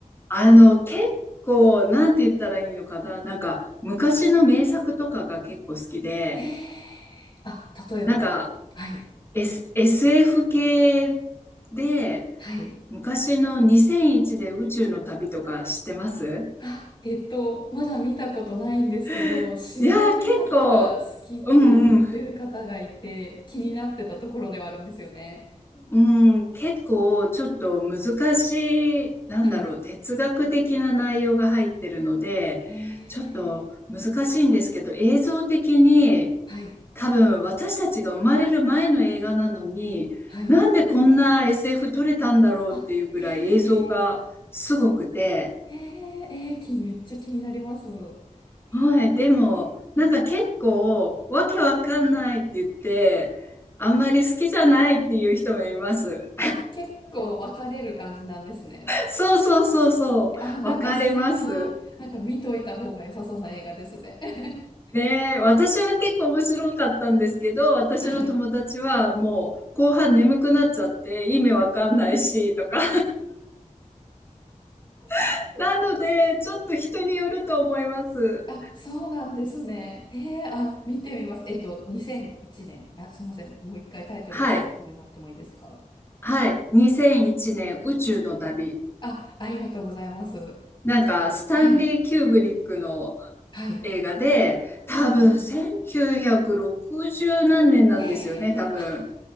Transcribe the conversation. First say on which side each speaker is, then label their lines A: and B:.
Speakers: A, on the left; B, on the left.
A: あの、結構、なんて言ったらいいのかな、なんか、昔の名作とかが結構好きで、
B: へえ。あ、例えば、
A: なんか、
B: はい。
A: S、SF 系で、
B: はい。
A: 昔の2001で宇宙の旅とか知ってます
B: あ、えっと、まだ見たことないんですけど、
A: <laughs>
B: 知り合いの方が好きって言ってる方がいて、
A: いやー、結構、うんうん、
B: 気になってたところではあるんですよね。
A: うん、結構ちょっと難しい、なんだろう、
B: はい。
A: 哲学的な内容が入ってるので、
B: へ
A: ちょっと難しいんですけど、
B: え。
A: 映像的に
B: はい。
A: 多分私たちが生まれる前の映画なのに、
B: はい。
A: なんでこんな SF 撮れたんだろうっていうぐらい映像がすごくて、
B: あ、へえ。へえ。えー、き、めっちゃ気になります。へえ。
A: はい、でもなんか結構わけわかんないって言って、あんまり好きじゃないっていう人もいます。
B: あ、結構分かれる感じなんですね。
A: そうそうそうそう。
B: あ、なんかそれは、
A: 分かれます。
B: なんか見といた方が良さそうな映画ですね。<laughs>
A: ねえ、私は結構面白かったんですけど、私の友達はもう後半眠くなっちゃって意味わかんないしとか。
B: はい。
A: <laughs> なので、ちょっと人によると思います。
B: あ、そうなんですね。えー、あ、見てみます。えっと、2001年。あ、すいません。もう一回タイトルを教えてもらってもいいですか
A: はい。はい。2001年宇宙の旅。
B: あ、ありがとうございます。
A: なんか、
B: ちょっと、
A: スタンリー・
B: はい、
A: キューブリックの
B: はい、
A: 映画で、多分1960何年なんですよね、
B: はい。へ
A: 多分。
B: え、あ、